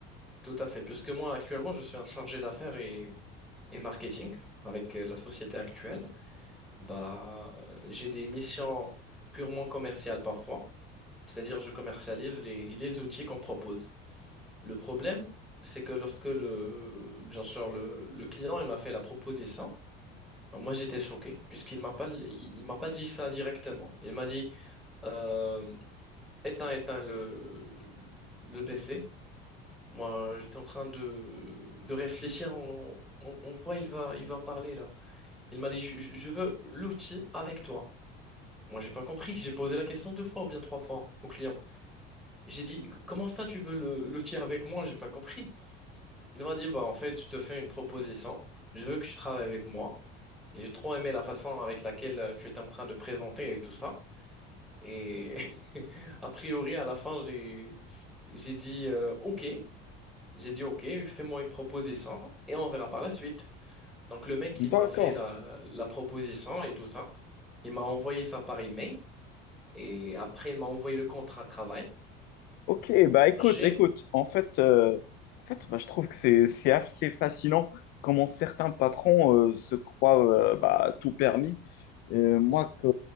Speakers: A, in the centre; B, on the left.
A: tout à fait, puisque moi actuellement je suis un chargé d'affaires et, et marketing avec euh, la société actuelle. Bah, euh, j'ai des missions purement commerciales parfois, c'est-à-dire je commercialise les, les outils qu'on propose. Le problème, c'est que lorsque le, bien sûr, le, le client il m'a fait la proposition, ben moi j'étais choqué puisqu'il m'a pas, il, il m'a pas dit ça directement. Il m'a dit euh, éteins, éteins le, le PC. Moi, j'étais en train de, de réfléchir en, en- en quoi il va, il va en parler là. Il m'a dit je je- je veux l'outil avec toi. Moi, j'ai pas compris. J'ai posé la question deux fois ou bien trois fois au client. J'ai dit, comment ça tu veux le l'outil avec moi? J'ai pas compris. Il m'a dit, bah en fait, je te fais une proposition. Je veux que tu travailles avec moi. Et j'ai trop aimé la façon avec laquelle euh, tu étais en train de présenter et tout ça. Et <laughs> a priori, à la fin, j'ai j'ai dit, euh, ok. J'ai dit, ok, fais-moi une proposition et on verra par la suite. Donc le mec, il
B: D'accord.
A: m'a fait la, la proposition et tout ça. Il m'a envoyé ça par email et après, il m'a envoyé le contrat de travail.
B: Ok, bah écoute,
A: J'ai,
B: écoute, en fait, euh, en fait bah, je trouve que c'est c'est assez fascinant comment certains patrons euh, se croient euh, bah, tout permis. Et moi, que,